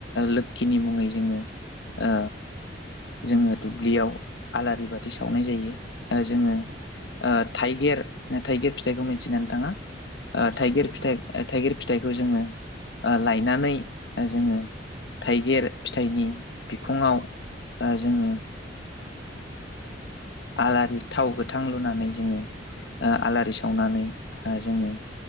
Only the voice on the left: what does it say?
लोखिनि मुङै जोङो ओ। जोङो दुब्लियाव आलारि बाथि सावनाय जायो जोङो।
थाइगिर थाइगिर फिथाइखौ मिथियोना नोंथाङा।
थाइगिर
फिथाइ
थाइगिर फिथाइखौ जोङो लायनानै। जोङो थाइगिर फिथाइनि बिखङाव जोङो। आलारि थाव गोथां लुनानै जोङो। आलारि सावनानै जोङो